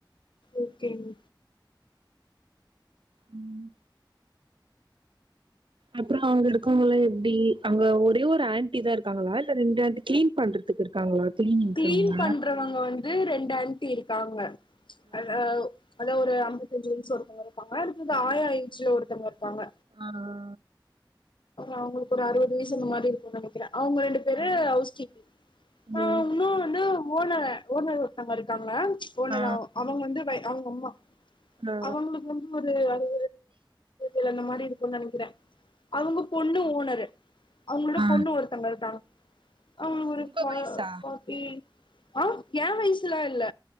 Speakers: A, on the left; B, on the right.
A: ஓகேங்க
B: ம் அப்றோ அவுங்க இருக்காங்களா எப்டி அங்க ஒரே ஒரு ஆன்ட்டி தா இருக்காங்களா இல்ல ரெண்டு ஆண்டி கிளீன் பண்றதுக்கு இருக்காங்களா கிளீனிங்க்கு
A: கிளீன்
B: அவுங்க
A: பண்றவங்க வந்து ரெண்டான்ட்டி இருக்காங்க அ அதா ஒரு ஐம்பத்தஞ்சு வயசு ஒருத்தவங்க இருப்பாங்க அதுக்கு வந்து ஆயா ஏஜ்ல ஒருத்தவங்க இருப்பாங்க
B: ஆ
A: அவங்களுக்கு ஒரு அறுவது வயசு இந்த மாரி இருக்கு நினைக்கிறே அவங்க ரெண்டு பேரு ஹவுஸ் கீப்பிங்
B: ம்,
A: ஆ இன்னு வந்து ஓனரு ஓனர் ஒருத்தங்க இருக்காங்க ஓனர்
B: ஆ
A: அ அவுங்க வந்து வெ அவுங்க அம்மா
B: ஆ
A: அவுங்களுக் வந் இன்ன ஒரு அது ஒரு அந்த மாரி இருக்குன் நெனைக்கிறே அவுங்க பொண்ணு ஓனரு அவுங்களோட
B: ஆ
A: பொண்ணு ஒருத்தங்க இருக்காங்க அவ ஒரு
B: உங்க
A: கா
B: வயசா
A: காபி ஆ ஏ வயசுலா இல்ல